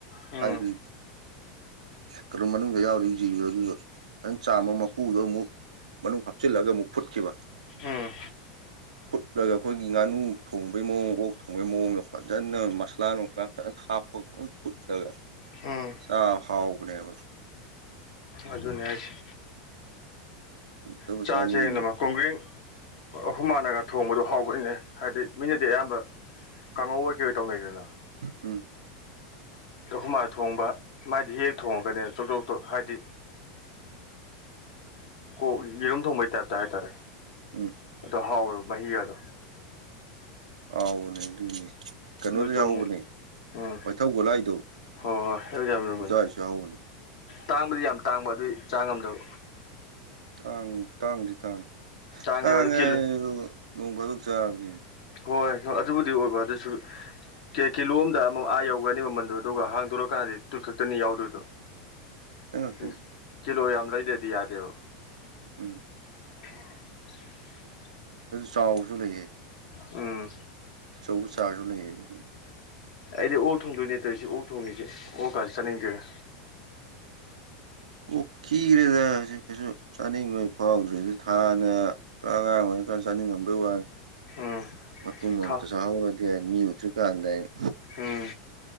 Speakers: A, on the left; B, on the right.
A: ꯎꯝ
B: ꯍꯥꯏꯗꯤ ꯀꯝ ꯃꯅꯨꯡꯗ ꯌꯥꯎꯔꯤꯕ ꯖꯤꯕꯗꯣ ꯑꯗꯨꯗꯣ ꯑꯗꯨꯪ ꯆꯥꯝꯃ ꯃꯄꯨꯗꯣ ꯑꯃꯨꯛ ꯃꯅꯨꯡ ꯍꯥꯞꯆꯤꯜꯂꯒ ꯑꯃꯨꯛ ꯐꯨꯠꯈꯤꯕ
A: ꯎꯝ
B: ꯐꯨꯠꯂꯒ ꯑꯩꯈꯣꯏꯒꯤ ꯉꯥꯅꯨ ꯊꯣꯡꯕꯩ ꯃꯑꯣꯡ ꯑꯣ ꯊꯨꯝꯕꯩ ꯃꯑꯣꯡꯗ ꯐꯖꯅ ꯃꯁꯂꯥ ꯅꯨꯡꯁꯂꯥ ꯐꯖꯅ ꯍꯥꯞꯄꯒ ꯐꯖꯅ ꯐꯨꯠꯂꯒ
A: ꯎꯝ
B: ꯁꯥꯐ ꯍꯥꯎꯥꯎꯒꯅꯦꯕ
A: ꯑꯗꯨꯅꯤ ꯍꯥꯏꯁꯦ
B: ꯑꯝꯇꯕꯨ
A: ꯆꯥ
B: ꯆꯥꯅꯤꯡꯉꯤꯅꯦ
A: ꯆꯦꯃ ꯀꯨꯡꯒ꯭ ꯑꯍꯨꯝ ꯃꯥꯟꯅꯒ ꯊꯣꯡꯕꯗꯣ ꯍꯥꯎꯕꯅꯤꯅꯦ ꯍꯥꯏꯕꯗꯤ ꯃꯤꯅꯗꯤ ꯑꯌꯥꯝꯕ ꯀꯥꯡꯉꯧ ꯑꯣꯏ ꯀꯩ ꯑꯣꯏ ꯇꯧꯅꯩꯗꯅ
B: ꯎꯝ
A: ꯈꯨꯃꯥ ꯊꯣꯡꯕ ꯃꯥꯗꯤ ꯍꯦꯛ ꯊꯣꯡꯉꯒꯅꯤ ꯆꯧꯆꯧꯇꯣ ꯍꯥꯏꯗꯤ ꯀ ꯌꯦꯔꯨꯝ ꯊꯣꯡꯕꯩ ꯇꯥꯏꯞꯇ ꯍꯥꯏꯇꯥꯔꯦ
B: ꯎꯝ
A: ꯑꯗꯣ ꯍꯥꯎꯋ ꯃꯍꯒꯗꯣ
B: ꯑꯥꯎꯕꯅꯦ ꯑꯗꯨꯏꯅꯦ ꯀꯩꯅꯣꯗ
A: ꯆꯣꯡꯉꯦ
B: ꯌꯥꯎꯕꯅꯦ
A: ꯎꯝ
B: ꯋꯥꯏꯊꯧ ꯒꯨꯂꯥꯏꯗꯨꯖꯁꯨ
A: ꯍꯣꯏ ꯍꯣꯏ ꯑꯗꯨ ꯌꯥꯝ ꯂꯨꯝꯕꯅꯦ
B: ꯌꯥꯧꯕꯅꯤ
A: ꯇꯥꯡꯕꯗꯤ ꯌꯥꯝ ꯇꯥꯡꯕ ꯑꯗꯨꯏ ꯆꯥ ꯉꯝꯗꯕ
B: ꯇꯥꯡ ꯇꯥꯡꯗꯤ ꯇꯥꯡ
A: ꯇꯥꯡꯉꯦꯕ
B: ꯇꯥꯡꯉꯦ
A: ꯑꯗꯨ ꯀꯤꯂꯣ
B: ꯑꯩ ꯅꯣꯡ ꯐꯥꯗꯣꯛ ꯆꯥꯕꯅꯦ
A: ꯍꯣꯏ ꯑꯗꯨꯕꯨꯗꯤ ꯑꯣꯏꯕ ꯑꯗꯨꯁꯨ ꯀꯦ ꯀꯤꯂꯣ ꯑꯝꯗ ꯑꯃꯛ ꯑꯥ ꯌꯧꯒꯅꯤ ꯃꯃꯟꯗꯣ ꯑꯗꯨꯒ ꯍꯥꯡꯗꯣꯛꯂꯀꯥꯟꯗꯗꯤ ꯇꯨꯠ ꯈꯛꯇꯅꯤ ꯌꯥꯎꯗꯣꯏꯗꯣ
B: ꯊꯉ ꯊꯅ
A: ꯎꯝ ꯀꯤꯂꯣ ꯌꯥꯝ ꯂꯩꯗꯦꯗꯤ ꯌꯥꯗꯦꯕ
B: ꯎꯝ
A: <inaudible>
B: ꯆꯥꯎꯕꯁꯨ ꯂꯩꯌꯦ
A: ꯎꯝ
B: ꯑꯆꯧꯕ ꯆꯥꯔꯁꯨ ꯂꯩꯑꯕ
A: ꯑꯩꯗꯤ ꯑꯣꯛ ꯊꯣꯡꯗꯣꯏ ꯅꯠꯇꯣꯏ ꯁꯤ ꯑꯣꯛ ꯊꯣꯡꯉꯁꯤꯦ ꯑꯣꯛ ꯀꯥꯁꯦ ꯆꯠꯅꯤꯡꯗꯣꯏꯅ
B: ꯑꯣ ꯀ ꯏꯔꯦꯗꯦ ꯀꯁꯨ ꯆꯥꯅꯤꯣꯏ ꯐꯥꯎꯗ꯭ꯔꯗꯤ ꯊꯥꯅ ꯑꯉꯥꯡ ꯑꯣꯏꯔꯤꯀꯥꯟ ꯆꯥꯅꯤꯡꯉꯝꯕꯩ ꯋꯥꯅꯤ
A: ꯎꯝ
B: ꯃꯇꯨꯝ ꯑꯃꯝꯇꯁꯨꯍꯥꯎꯔꯗꯤ
A: ꯊꯥꯎ
B: ꯃꯤ ꯎꯗ꯭ꯔꯤꯀꯥꯟꯗ ꯑꯩꯅ
A: ꯎꯝ